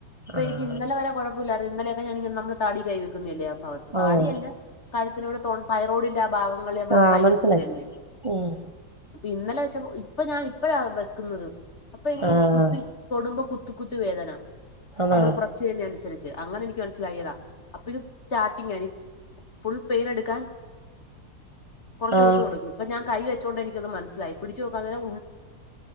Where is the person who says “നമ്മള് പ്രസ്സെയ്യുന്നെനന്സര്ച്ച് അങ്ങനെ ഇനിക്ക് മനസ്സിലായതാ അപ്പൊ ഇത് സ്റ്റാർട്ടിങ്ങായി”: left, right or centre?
Left